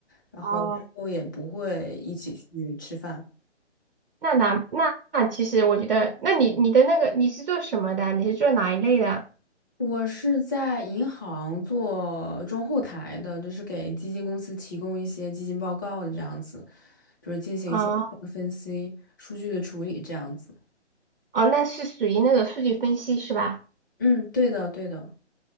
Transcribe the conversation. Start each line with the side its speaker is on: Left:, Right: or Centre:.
Left: 然后之后也不会一起去吃饭。
Right: 哦。那哪那那其实我觉得，那你你的那个你是做什么的？你是做哪一类的？
Left: 我是在银行做中后台的，就是给基金公司提供一些基金报告的这样子，就是进行一些报告分析、
Right: 哦
Left: 数据的处理这样子。
Right: 哦，那是属于那种数据分析是吧？
Left: 嗯，对的，对的。